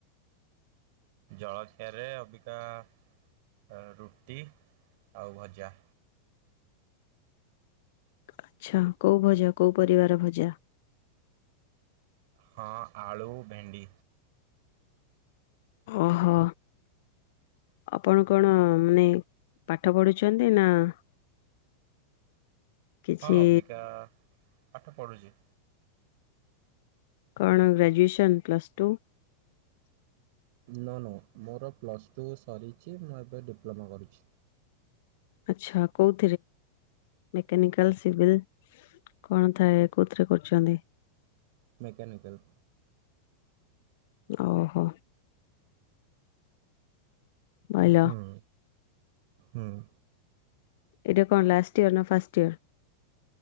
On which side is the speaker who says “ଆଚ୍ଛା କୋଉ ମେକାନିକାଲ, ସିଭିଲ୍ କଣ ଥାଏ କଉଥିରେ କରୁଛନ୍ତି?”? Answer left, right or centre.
Left